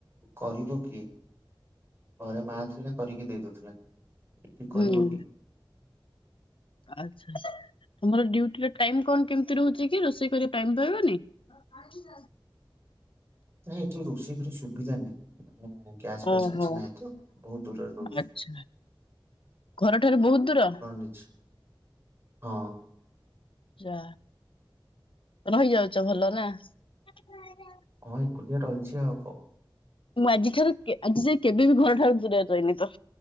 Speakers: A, on the right; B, on the left.
A: କରିବ କିଏ। ଘରେ ମା ଥିଲା କରିକି ଦେଇ ଦଉଥିଲା ଏଠି କରିବ
B: ହୁଁ
A: କିଏ।
B: ଆଚ୍ଛା ଆଚ୍ଛା ତମର ଡ୍ୟୁଟି ଟାଇମ୍ କଣ କେମିତି ରହୁଚି କି ରୋଷେଇ କରିବା ଟାଇମ୍ ପାଇବନି? <unintelligible>
A: ନାଇଁ ଏଠି ରୋଷେଇ କରିଆ ସୁବିଧା ନାଇଁ। ମାନେ ଗ୍ୟାସ୍ ଫ୍ୟାସ୍
B: ଓହୋ
A: କିଛି ନାହିଁ ତ ବହୁତ୍ ଦୂରରେ ରହୁଚୁ।
B: ଆଚ୍ଛା ଘରଠାରୁ ବହୁତ୍ ଦୂର?
A: ନିଜେ ହଁ।
B: ଯା ରହିଯାଉଚ ଭଲ ନା? <unintelligible>
A: ହଁ ଏକୁଟିଆ ରହିଚି ଆଉ କ
B: ମୁଁ ଆଜିଠାରୁ କେ ଆଜି ଯାଏ କେବେ ବି ଘର ଠାରୁ ଦୂରରେ ରହନି। ତ